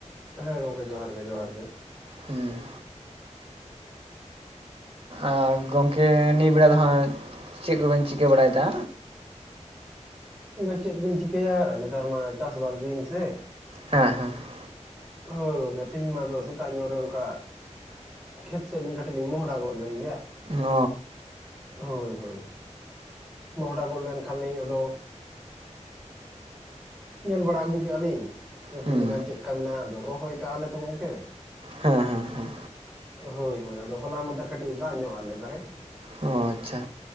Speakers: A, in the centre; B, on the right.
A: ᱦᱮᱸ ᱜᱚᱝᱠᱮ ᱡᱚᱦᱟᱨ ᱜᱮ ᱡᱚᱦᱟᱨ ᱜᱮ ᱾
B: ᱦᱩᱸᱻ ᱟᱨ ᱜᱚᱝᱠᱮ ᱱᱤᱭᱟᱹ ᱵᱮᱲᱟ ᱫᱚ ᱦᱟᱸᱜ ᱪᱮᱫ ᱠᱚᱵᱮᱱ ᱪᱤᱠᱟᱹ ᱵᱟᱲᱟᱭᱮ ᱫᱟ?
A: ᱱᱤᱛᱚᱜ ᱫᱚ ᱪᱮᱫ ᱵᱤᱱ ᱪᱤᱠᱟᱹᱭᱟ ᱱᱮᱛᱟᱨ ᱢᱟ ᱪᱟᱥᱵᱟᱥ ᱫᱤᱱ ᱥᱮᱸ
B: ᱦᱮᱸ ᱦᱮᱸ ᱾
A: ᱦᱳᱭ ᱜᱚᱝᱠᱮ ᱛᱮᱦᱮᱧ ᱢᱟ ᱟᱫᱚ ᱥᱮᱛᱟᱜ ᱧᱚᱜ ᱨᱮ ᱚᱱᱠᱟ ᱠᱷᱮᱛ ᱥᱮᱫ ᱞᱤᱧ ᱠᱟᱹᱴᱤᱡ ᱞᱤᱧ ᱢᱚᱦᱚᱸᱰᱟ ᱜᱚᱫ ᱞᱮᱱ ᱜᱮᱭᱟ ᱾
B: ᱚ
A: ᱦᱳᱭ ᱦᱳᱭ ᱢᱚᱦᱚᱸᱰᱟ ᱜᱚᱫ ᱞᱮᱱ ᱠᱷᱟᱱ ᱞᱤᱧ ᱟᱫᱚ ᱧᱮᱞ ᱵᱟᱲᱟ ᱟᱹᱜᱩ ᱠᱮᱫᱼᱟ ᱞᱤᱧ
B: ᱦᱩᱸ
A: ᱛᱤᱱᱟᱹᱜ ᱜᱟᱱ ᱪᱮᱫ ᱠᱟ ᱢᱮᱱᱟᱜᱼᱟ ᱟᱫᱚ ᱨᱚᱦᱚᱭ ᱠᱟᱜᱼᱟᱞᱮ ᱛᱚ ᱜᱚᱝᱠᱮ᱾
B: ᱦᱮᱸ ᱦᱮᱸ ᱦᱮᱸ
A: ᱦᱳᱭ ᱦᱳᱭ ᱟᱫᱚ ᱦᱚᱞᱟ ᱢᱟᱱᱫᱷᱮᱨ ᱠᱟᱹᱴᱤᱡ ᱫᱟᱜ ᱧᱚᱜ ᱟᱞᱮ ᱛᱟᱦᱮᱸᱫ ᱾
B: ᱚ ᱟᱪᱪᱷᱟ